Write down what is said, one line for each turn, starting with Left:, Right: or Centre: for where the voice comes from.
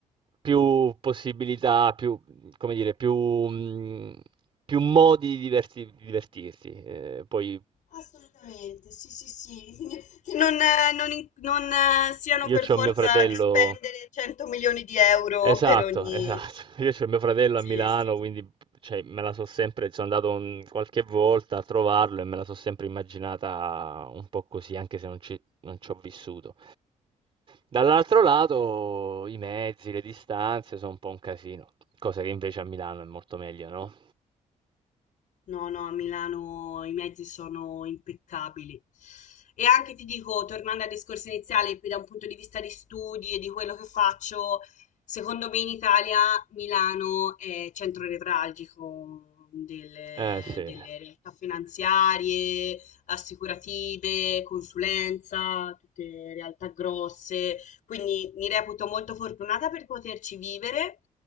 Right: più possibilità, più, come dire, più, mh, più modi di diversi- di divertirsi. Eh, poi
Left: Assolutamente, sì, sì, sì, <laughs> che non, eh, non in- non, eh, siano
Right: io
Left: per
Right: c'ho
Left: forza
Right: mio fratello.
Left: di spendere 100
Right: Esatto,
Left: milioni di euro per ogni...
Right: esatto. <laughs> Io c'ho mio fratello
Left: Sì,
Right: a Milano,
Left: sì,
Right: quindi cioè, me la so sempre, sono andato un- qualche volta a trovarlo e me la so sempre immaginata un po' così, anche se non ci, non ci ho vissuto. Dall'altro lato, i mezzi, le distanze sono un po' un casino, cosa che invece a Milano è molto meglio, no?
Left: No, no, a Milano i mezzi sono impeccabili. E anche ti dico, tornando al discorso iniziale, più da un punto di vista di studi e di quello che faccio, secondo me in Italia Milano è centro nevralgico delle,
Right: Eh sì.
Left: delle realtà finanziarie, assicurative, consulenza, tutte realtà grosse. Quindi mi reputo molto fortunata per poterci vivere